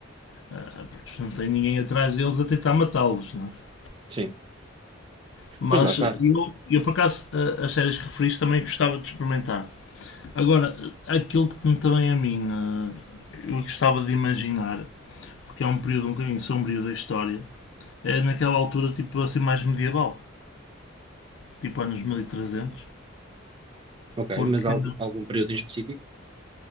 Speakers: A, on the left (about 65°); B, on the right (about 25°).
A: ah, pronto, não tem ninguém atrás deles a tentar matá-los, não é?
B: sim.
A: Mas
B: Mas lá está.
A: eh, eu, eu por acaso, eh, as séries que referiste também gostava de experimentar. Agora, eh, aquilo que me também a mim, eh, eu gostava de imaginar, porque é um período um bocadinho sombrio da história, é naquela altura tipo assim mais medieval, tipo anos mil e trezentos
B: Ok,
A: Porque,
B: mas algu- algum período em específico?